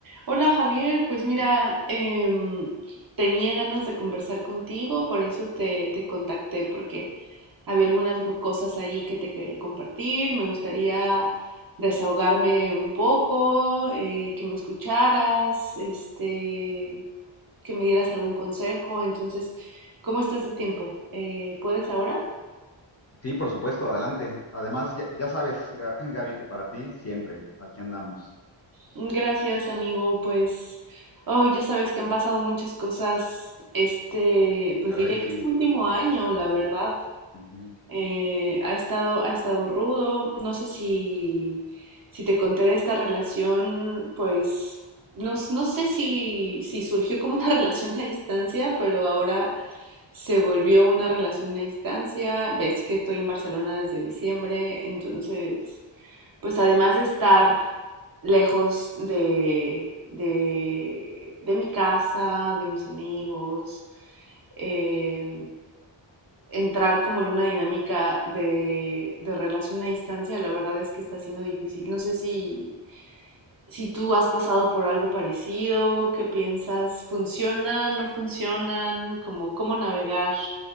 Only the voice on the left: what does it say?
Sí, por supuesto, adelante. Además, ya, ya sabes, Ga- <laughs> Gaby, que para ti siempre, aquí andamos.
Ay,
sí.
Ujú.